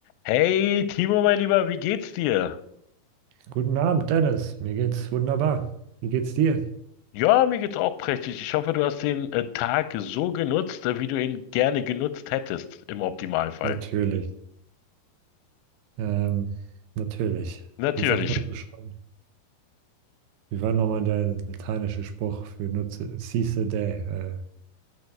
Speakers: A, on the left (about 85°); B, on the right (about 80°).
A: Hey Timo, mein Lieber, wie geht's dir?
B: Guten Abend, Dennis. Mir geht's wunderbar. Wie geht's dir?
A: Ja, mir geht's auch prächtig. Ich hoffe, du hast den äh, Tag so genutzt, äh, wie du ihn gerne genutzt hättest, im Optimalfall.
B: Natürlich. Ähm, natürlich.
A: Natürlich.
B: Wie sagt man so schon? Wie war nochmal der lateinische Spruch für nutze, seize the day? Äh,